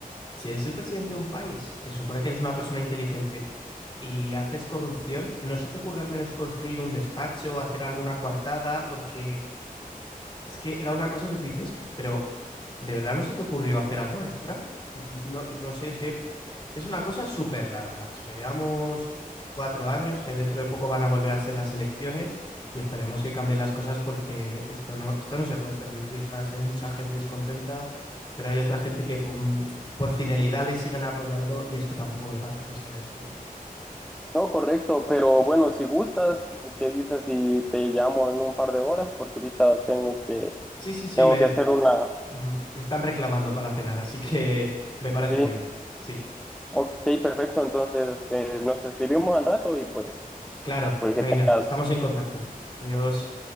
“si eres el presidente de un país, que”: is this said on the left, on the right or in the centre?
Left